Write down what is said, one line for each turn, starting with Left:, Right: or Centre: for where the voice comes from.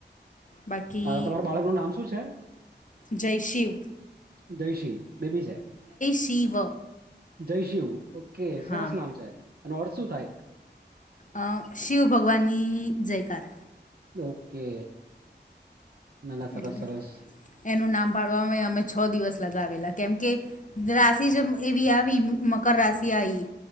Left: બાકી
Right: આ તમારા બાળક નું નામ શું છે?
Left: જયશિવ
Right: જયશી બેબી છે,
Left: શિવ
Right: જયશિવ ઓકે
Left: હા
Right: સરસ નામ છે. એનો અર્થ શું થાય?
Left: અ શિવ ભગવાનની જયકાર
Right: ઓકે, ના ના સરસ
Left: એટલે
Right: સરસ
Left: એનું નામ પાડવાવામાં મે અમે છ દિવસ લગાવેલા કેમ કે રાશિજ એવી આવી મકર રાશિ આઈ.